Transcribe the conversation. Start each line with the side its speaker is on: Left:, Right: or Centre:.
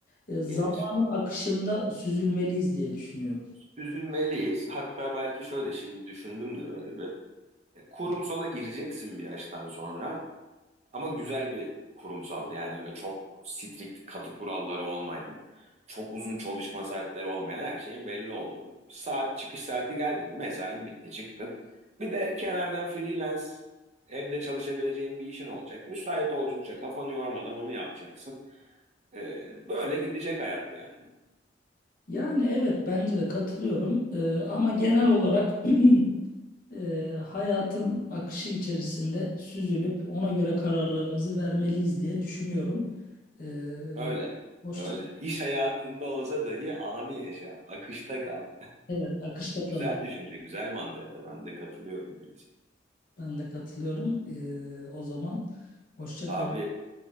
Left: e, zamanın
Right: Gelir.
Left: akışında süzülmeliyiz diye düşünüyorum.
Right: Üzülmeliyiz. Hatta belki şöyle şimdi düşündüm de böyle bir. E, Kurumsala gireceksin bir yaştan sonra. Ama güzel bir kurumsal yani öyle çok strict katı kuralları olmayan, çok uzun çalışma saatleri olmayan her şeyin belli olduğu. Saat çıkış saati geldi mi mesain bitti çıktın. Bir de kenardan freelance evde çalışabileceğin bir işin olacak. Müsait oldukça kafanı yormadan onu yapacaksın. Ee, böyle gidecek hayat yani.
Left: Yani evet bence de katılıyorum. Ee, ama genel olarak <clears throat> e, hayatın akışı içerisinde süzülüp ona göre kararlarımızı vermeliyiz diye düşünüyorum. Ee,
Right: Öyle.
Left: hoşça
Right: Öyle. İş hayatında olsa dahi anı yaşa. Akışta kal.
Left: evet akışta kalalım.
Right: Güzel düşünce, güzel mantığa ben de katılıyorum yani.
Left: Ben de katılıyorum. Ee, o zaman hoşça
Right: Abi
Left: kal.